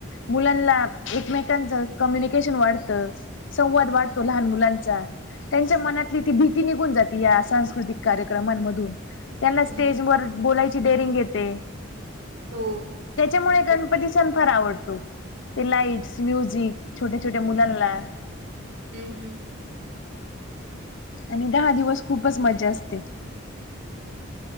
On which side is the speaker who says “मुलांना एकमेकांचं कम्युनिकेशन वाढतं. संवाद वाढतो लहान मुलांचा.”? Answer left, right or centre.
Left